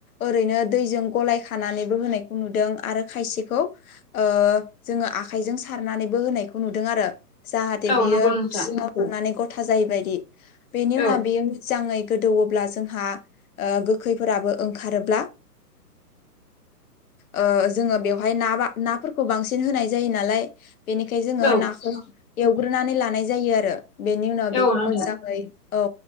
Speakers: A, on the left (about 60°); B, on the left (about 35°).
A: ओरैनो दैजों गलाय खानानैबो होनायखौ नुदों आरो खायसेखौ ओ जोंङो आखाइजों सारनानैबो होनायखौ नुदों आरो। जाहाथे
B: औ
A: बियो
B: नंगौ नोंथां
A: सिङाव थांनानै गथा जायोैबायदि बेनि
B: औ
A: उनाव बियो मोजांङै गोदौवोब्ला जोंहा गोखैफोराबो ओंखारोब्ला ओ जोंङो बेवहाय न नाफोरखौ बांसिन होनाय जायो नालाय बेनिखाय जोंङो
B: औ
A: नाखौ एवग्रोनानै लानाय जायो आरो बेनि उनाव
B: औ
A: बेखौ
B: नोंथां
A: मोजांङै औ